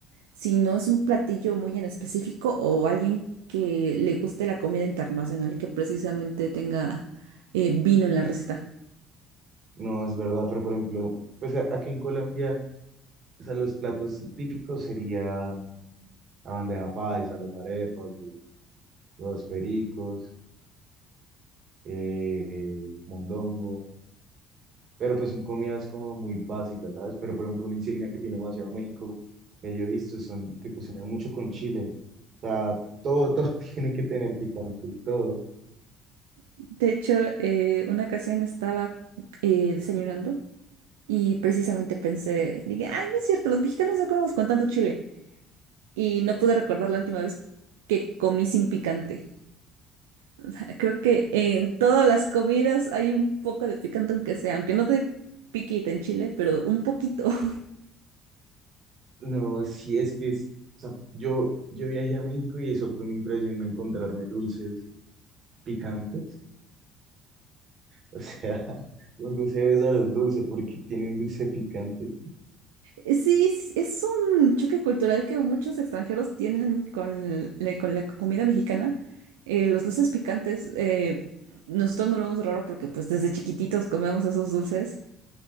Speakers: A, on the right; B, on the right.
A: si no es un platillo muy en específico o alguien que le guste la comida internacional y que precisamente tenga eh, vino en la receta.
B: No, es verdad, pero por ejemplo, pues a- aquí en Colombia, o sea, los platos típicos serían la bandeja paisa, las arepas, los pericos, eh, eh, mondongo, pero pues son comidas como muy básicas, ¿sabes? Pero por ejemplo, una insignia que tiene demasiado México, que yo he visto, son que cocinan mucho con chile. O sea, todo, todo <laughs> tiene que tener picante, todo.
A: De hecho, eh, una ocasión estaba eh, desayunando y precisamente pensé, dije, ay, no es cierto, los mexicanos no comemos con tanto chile. Y no pude recordar la última vez que comí sin picante. <laughs> Creo que en todas las comidas hay un poco de picante, aunque sea, aunque no te piquita en Chile, pero un poquito. <laughs>
B: No, sí, es que es- o sea, yo, yo viajé a México y eso fue mi impresión, encontrarme dulces picantes. O sea, <laughs> un dulce de sal dulce porque tienen dulce picante.
A: Sí, es es un choque cultural que muchos extranjeros tienen con, la con la comida mexicana. Eh, los dulces picantes, eh, nosotros no lo vemos raro porque pues desde chiquititos comemos esos dulces.